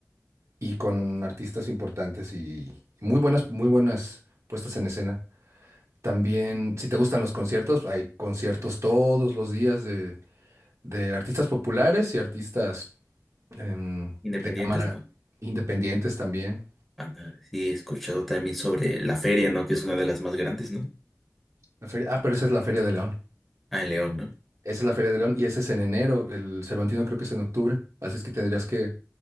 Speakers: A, on the right; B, in the centre.
A: y con artistas importantes y muy buenas, muy buenas puestas en escena. También, si te gustan los conciertos, hay conciertos todos los días de, de artistas populares y artistas em,
B: <laughs> independientes,
A: de cámara
B: ¿no?
A: independientes también.
B: Ah, no, sí, he escuchado también sobre la feria, ¿no? Que es una de las más grandes, ¿no?
A: La feria, ah, pero esa es la Feria de León.
B: Ah, en León, ¿no?
A: Esa es la Feria de León y ese es en enero. El Cervantino creo que es en octubre. Así es que tendrías que